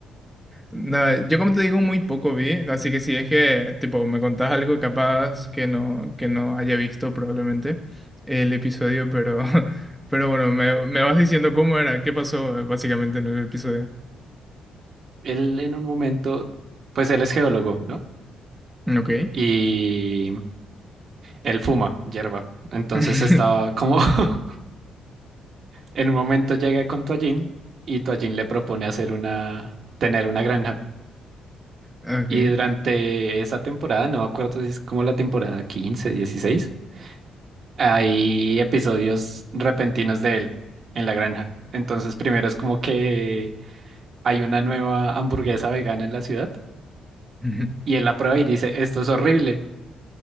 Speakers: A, in the centre; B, on the right.
A: Nada, yo como te digo, muy poco vi, así que si es que, tipo, me contás algo capaz que no, que no haya visto probablemente el episodio, pero, <laughs> pero bueno, me, me vas diciendo cómo era, qué pasó eh, básicamente en el episodio.
B: Él en un momento, pues él es geólogo, ¿no?
A: Ok.
B: Y él fuma hierba. Entonces
A: <laughs>
B: estaba como <laughs> en un momento llega con Toallín y Toallín le propone hacer una, tener una granja.
A: Ok.
B: Y durante esa temporada, no me acuerdo si es como la temporada 15 dieciséis hay episodios repentinos de él en la granja. Entonces primero es como que hay una nueva hamburguesa vegana en la ciudad
A: <laughs>
B: y él la prueba y dice, esto es horrible.